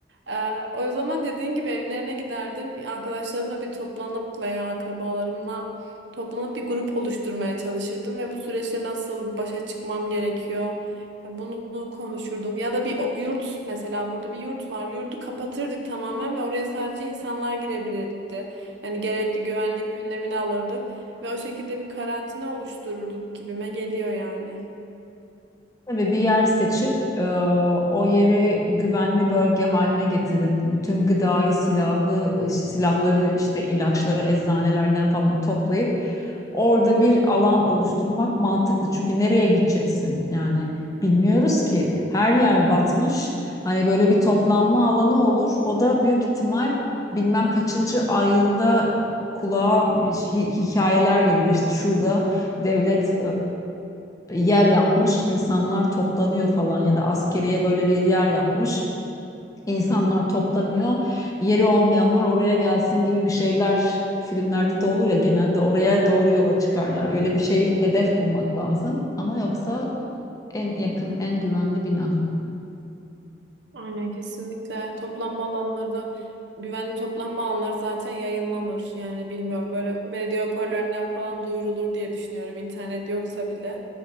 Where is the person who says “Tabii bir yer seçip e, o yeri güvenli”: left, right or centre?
Left